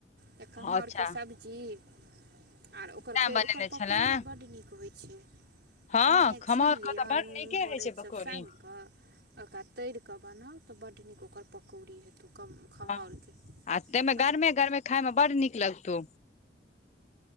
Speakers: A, on the right (about 65°); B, on the left (about 40°).
A: तऽ खमहर
B: अच्छा
A: के सब् जीव आरो। ओकर
B: तें बनेने
A: ओकर पकौड़ी
B: छले
A: बड्ड नीक होइ छै
B: हँ
A: एनाह।
B: खमहौर
A: खिरा
B: के तऽ बड़
A: नून
B: नीके
A: होरैत
B: होइ छै पकौड़ी
A: सब सायन क ओकरा तर कऽ बनाउ तऽ बड्ड नीक ओकर पकौड़ी हेतौ खमहाउरके।
B: हँ आ तमे
A: हम
B: गरमे
A: तऽ
B: गरमे खायइमे बड़ नीक लगतौ।